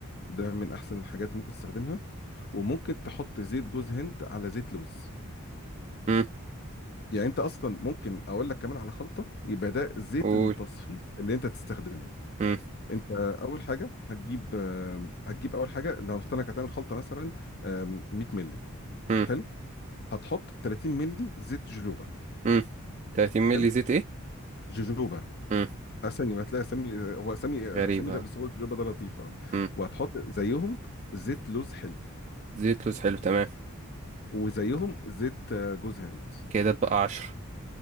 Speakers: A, on the left; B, on the right.
A: ده من احسن الحاجات ممكن تستخدمها وممكن تحط زيت جوز هند على زيت لوز
B: مم،
A: يعني انت اصلا ممكن اقول لك كمان على خلطه يبقى ده زيت
B: قول
A: التصفيف اللي انت تستخدمه
B: مم،
A: انت اول حاجه هتجيب آم، هتجيب اول حاجه لو هنفترض انك هتعمل خلطه مثلا آم، 100 مللي
B: مم،
A: حلو هتحط 30 مللي زيت جوجوبا
B: مم. 30 مللي
A: حلو
B: زيت ايه
A: جوجوبا
B: مم،
A: اسامي هتلاقي اسامي هو اسامي
B: غريبة
A: اسامي غير بس هو جوجوبا ده لطيف اه
B: مم،
A: وهتحط زيهم زيت لوز حلو
B: زيت لوز حلو تمام
A: وزيهم زيت آه، جوز هند
B: كده اتبقى 10